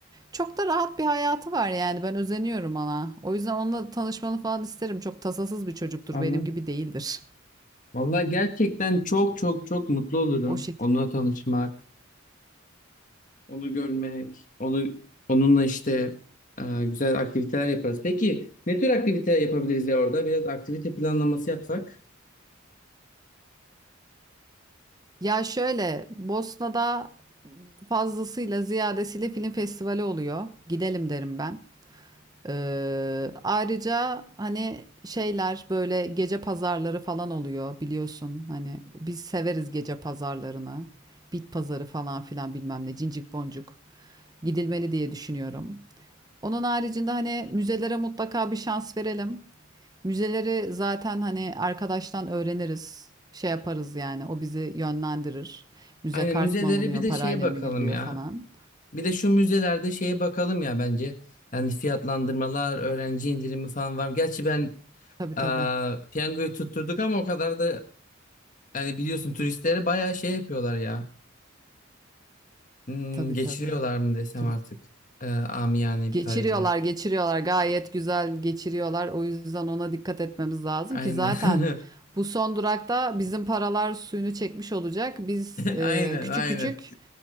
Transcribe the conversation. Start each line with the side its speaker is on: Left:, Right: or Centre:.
Right: Çok da rahat bir hayatı var yani. Ben özeniyorum ona. O yüzden onunla tanışmanı falan isterim. Çok tasasız bir çocuktur.
Left: Anladım.
Right: Benim gibi değildir.
Left: Vallahi gerçekten çok çok çok mutlu olurum.
Right: O şekilde.
Left: Onunla tanışmak, onu görmek, onu onunla işte e, güzel aktiviteler yaparız. Peki ne tür aktivite yapabiliriz ya orada? Biraz aktivite planlaması yapsak.
Right: Ya şöyle Bosna'da fazlasıyla ziyadesiyle film festivali oluyor. Gidelim derim ben. Ee, ayrıca hani şeyler böyle gece pazarları falan oluyor biliyorsun. Hani biz severiz gece pazarlarını. Bit pazarı falan filan bilmem ne cincik boncuk gidilmeli diye düşünüyorum. Onun haricinde hani müzelere mutlaka bir şans verelim. Müzeleri zaten hani arkadaştan öğreniriz. Şey yaparız yani o bizi yönlendirir. Müze
Left: Aynen
Right: kart
Left: müzeleri
Right: mı alınıyor,
Left: bir de
Right: parayla
Left: şeye bakalım
Right: mı giriliyor
Left: ya.
Right: falan.
Left: Bir de şu müzelerde şeye bakalım ya bence. Yani fiyatlandırmalar, öğrenci indirimi falan var. mı? Gerçi ben
Right: Tabii tabii.
Left: e, piyangoyu tutturduk ama o kadar da yani biliyorsun turistlere bayağı şey yapıyorlar ya. Hmm,
Right: Tabii
Left: geçiriyorlar
Right: tabii.
Left: mı desem
Right: Turist.
Left: artık e, amiyane
Right: Geçiriyorlar,
Left: bir tabirle.
Right: geçiriyorlar. Gayet güzel geçiriyorlar. O yüzden ona dikkat etmemiz lazım
Left: Aynen.
Right: ki zaten
Left: <laughs>
Right: bu son durakta bizim paralar suyunu çekmiş olacak. Biz e,
Left: Aynen
Right: küçük
Left: aynen.
Right: küçük